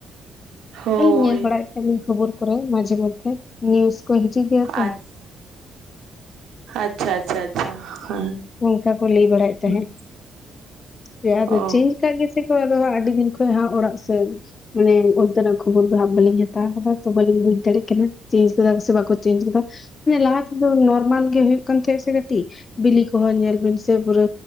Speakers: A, on the right; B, on the left.
A: ᱦᱳᱭ
B: ᱦᱚᱭ ᱧᱮᱞ ᱵᱟᱲᱟ ᱭᱮᱫ ᱛᱟᱦᱮᱱ ᱞᱤᱧ ᱠᱷᱚᱵᱚᱨ ᱠᱚᱨᱮ ᱢᱟᱡᱷᱮ ᱢᱚᱫᱽᱫᱷᱮ᱾ ᱱᱤᱭᱩᱡ ᱠᱚ ᱦᱤᱡᱩᱜ ᱜᱮᱭᱟ ᱛᱚ
A: ᱟᱪ ᱟᱪᱪᱷᱟ ᱟᱪᱪᱷᱟ ᱟᱪᱪᱷᱟ ᱦᱮᱸ᱾
B: ᱦᱳᱭ ᱚᱱᱠᱟ ᱠᱚ ᱞᱟᱹᱭ ᱵᱟᱲᱟᱭᱮᱫ ᱛᱟᱦᱮᱸᱫ,
A: ᱦᱩᱸ᱾
B: ᱡᱮ ᱟᱫᱚ
A: ᱚ
B: ᱪᱮᱡ ᱪᱟᱜ ᱜᱮᱥᱮ ᱠᱚ ᱟᱫᱚ ᱦᱟᱸᱜ ᱟᱹᱰᱤ ᱫᱤᱱ ᱠᱷᱚᱡ ᱦᱟᱸᱜ ᱚᱲᱟᱜ ᱥᱮᱫ ᱢᱟᱱᱮ ᱚᱱᱛᱮᱱᱟᱜ ᱠᱷᱚᱵᱚᱨ ᱫᱚ ᱦᱟᱸᱜ ᱵᱟᱹᱞᱤᱧ ᱦᱟᱛᱟᱣ ᱟᱠᱟᱫᱟ ᱛᱚ ᱵᱟᱹᱞᱤᱧ ᱵᱩᱡ ᱫᱟᱲᱮᱭᱟᱜ ᱠᱟᱱᱟ ᱪᱮᱧᱡ ᱠᱟᱫᱟ ᱥᱮ ᱵᱟᱠᱚ ᱪᱮᱧᱡ ᱟᱠᱟᱫᱟ᱾ ᱦᱮᱸ ᱞᱟᱦᱟ ᱛᱮᱫᱚ ᱱᱚᱨᱢᱟᱞ ᱜᱮ ᱦᱩᱭᱩᱜ ᱠᱟᱱ ᱛᱟᱦᱮᱸ ᱥᱮ ᱠᱟᱹᱴᱤᱡ ᱵᱤᱞᱤ ᱠᱚᱦᱚᱸ ᱧᱮᱞ ᱵᱤᱱ ᱥᱮ ᱯᱩᱨᱟᱹ